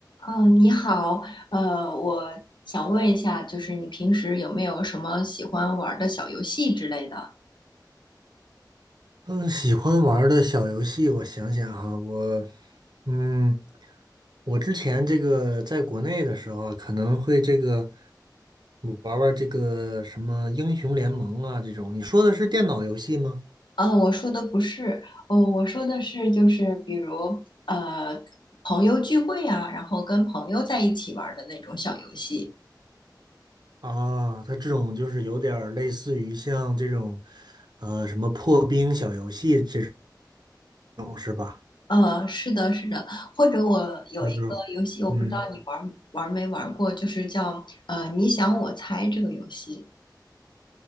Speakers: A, on the left; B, on the right.
A: 哦，你好，呃，我想问一下，就是你平时有没有什么喜欢玩儿的小游戏之类的？
B: 嗯，喜欢玩儿的小游戏，我想想哈，我，嗯，我之前这个在国内的时候啊，可能会这个玩玩这个什么英雄联盟啊这种。你说的是电脑游戏吗？
A: 哦，呃我说的不是，哦，我说的是就是比如呃朋友聚会啊，然后跟朋友在一起玩儿的那种小游戏。
B: 啊，它这种就是有点儿类似于像这种，呃，什么破冰小游戏这种是吧？
A: 呃，是的，是的，或者我有一个游戏，
B: 就是，
A: 我不知道你玩儿玩儿没玩儿过，
B: 嗯，
A: 就是叫呃你想我猜这个游戏。